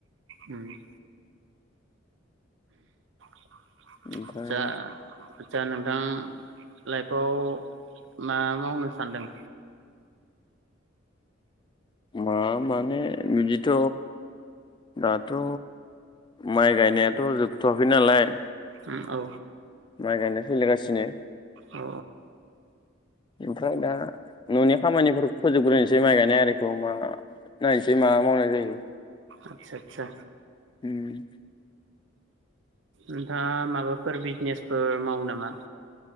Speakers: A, on the right (about 65°); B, on the left (about 25°).
A: उम <inaudible>
B: ओमफ्राय
A: जा जा नों दा लाइफआव मा मावनो सानदों।
B: मा माने बिदिथ' दाथ' माइ गायनायाथ' जोबथ'वाखै नालाय।
A: उम औ।
B: माइ गायनाय सोलिगासिनो।
A: अ।
B: ओमफ्राय दा न'नि खामानिफोरखौ फोजोबग्रोनोसै माइ गायनाय आरिखौ मा नायनोसै मा मावनाय जायो।
A: आतसा आतसा।
B: उम।
A: नोंथाङा माबाफोर बिजिनेसफोर मावो नामा।